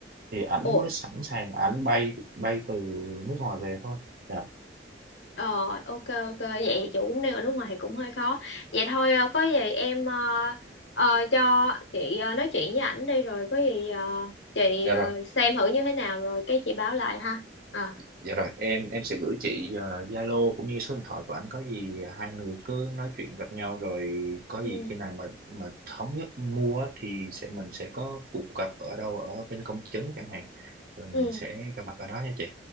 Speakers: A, on the right; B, on the left.
A: thì ảnh
B: Ồ,
A: mới sẵn sàng ảnh bay bay từ nước ngoài về thôi Dạ.
B: Ờ, ok ok vậy chị cũng đang ở nước ngoài thì cũng hơi khó vậy thôi ờ, có gì em ờ, ờ, cho chị ờ, nói chuyện với ảnh đi rồi có gì ờ, chị
A: Dạ
B: ờ,
A: rồi.
B: xem thử như thế nào rồi cái chị báo lại ha Ờ.
A: Dạ rồi, em em sẽ gửi chị ờ, Zalo cũng như số điện thoại của anh có gì hai người cứ nói chuyện gặp nhau rồi có
B: Ừ.
A: gì khi nào mà mà thống nhất mua á thì sẽ mình sẽ có cuộc gặp ở đâu ở bên công chứng chẳng hạn rồi mình
B: Ừ.
A: sẽ gặp mặt ở đó nha chị.